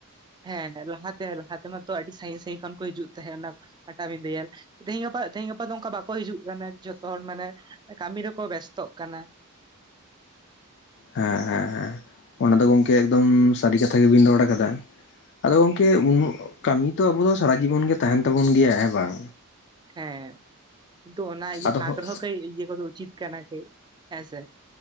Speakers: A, on the right; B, on the left.
A: ᱦᱮᱸ ᱞᱟᱦᱟ ᱛᱮ ᱞᱟᱦᱟ ᱛᱮ ᱢᱟᱛᱚ ᱟᱹᱰᱤ ᱥᱟᱺᱜᱤᱧ ᱥᱟᱺᱜᱤᱧ ᱠᱷᱚᱱ ᱠᱚ ᱦᱤᱡᱩᱜ ᱛᱟᱦᱮᱸᱫ ᱚᱱᱟ ᱯᱟᱴᱟᱵᱤᱫᱟᱹ ᱧᱮᱞ᱾ ᱛᱮᱦᱤᱧ ᱜᱟᱯᱟ -ᱛᱮᱦᱤᱧ ᱜᱟᱯᱟ ᱫᱚ ᱚᱱᱠᱟ ᱵᱟᱠᱚ ᱦᱤᱡᱩᱜ ᱠᱟᱱᱟ ᱡᱷᱚᱛᱚ ᱦᱚᱲ ᱢᱟᱱᱮ ᱠᱟᱹᱢᱤ ᱨᱮᱠᱚ ᱵᱮᱥᱛᱚᱜ ᱠᱟᱱᱟ᱾
B: ᱦᱮᱸ, ᱦᱮᱸ, ᱦᱮᱸ ᱚᱱᱟ ᱫᱚ ᱜᱚᱝᱠᱮ ᱮᱠᱫᱚᱢ ᱥᱟᱹᱨᱤ ᱠᱟᱛᱷᱟ ᱜᱮᱵᱤᱱ ᱨᱚᱲ ᱠᱟᱫᱟ᱾ ᱟᱫᱚ ᱜᱚᱝᱠᱮ ᱩᱱᱟᱹᱜ ᱠᱟᱹᱢᱤ ᱛᱚ ᱟᱵᱚ ᱫᱚ ᱥᱟᱨᱟ ᱡᱤᱵᱚᱱ ᱜᱮ ᱛᱟᱦᱮᱱ ᱛᱟᱵᱚᱱ ᱜᱮᱭᱟ ᱦᱮᱸ ᱵᱟᱝ?
A: ᱦᱮᱸ ᱠᱤᱱᱛᱩ ᱚᱱᱟ
B: ᱟᱫᱚ
A: ᱯᱷᱟᱠ ᱨᱮᱦᱚᱸ ᱠᱟᱹᱜ ᱤᱭᱟᱹ ᱠᱚᱫᱚ ᱩᱪᱤᱛ ᱠᱟᱱᱟ ᱠᱟᱱᱟ ᱦᱮᱸ ᱥᱮ?